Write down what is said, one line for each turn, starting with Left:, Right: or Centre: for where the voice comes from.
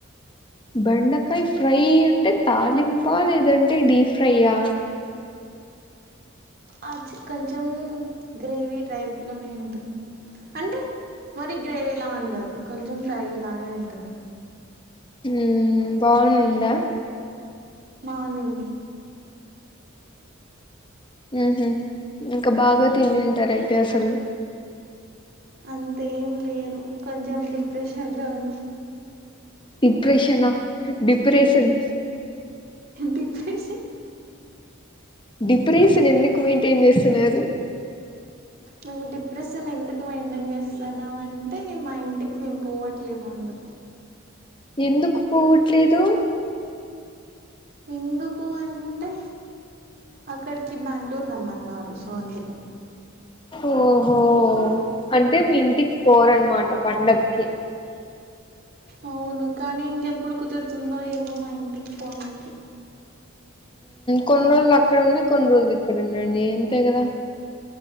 Left: బెండకాయ ఫ్రై అంటే తాలింప లేదంటే డీప్ ఫ్రైయ్యా
Right: ఆ చి కొంచెం గ్రేవీ టైప్ లోనే ఉంటుంది అంటే మరి గ్రేవీలా ఉండదు కొంచెం ఫ్రై లాగే ఉంటుంది
Left: హ బాగుందిందా
Right: బాగునంది
Left: హహ ఇంకా బాగా తింటారు అయితే అసలు
Right: అంతేం లేదు కొంచెం డిప్రెషన్లో ఉన్నాం
Left: డిప్రెషనా డిప్రెషన్
Right: డిప్రెషన్
Left: డిప్రెషన్ ఎందుకు మెయింటైన్ చేస్తున్నారు
Right: మేము డిప్రెషన్ ఎందుకు మెయింటైన్ చేస్తుాన్నాం అంటే మా ఇంటికి మేము పోవట్లేదు అందుకు
Left: ఎందుకు పోవట్లేదు
Right: ఎందుకు అంటే అక్కడికి బెంగళూరు రమ్మన్నారు సో అందుకు
Left: ఓహో అంటే మీ ఇంటికి పోరన్నమాట పండకి
Right: అవును కానీ ఇంకెప్పుడు కుదురుతుందో ఏమో మా ఇంటికి ఫోన్కి
Left: కొన్ని రోజులు అక్కడ ఉండి కొన్ని రోజులు ఇక్కడ ఉండండి ఎంతే కదా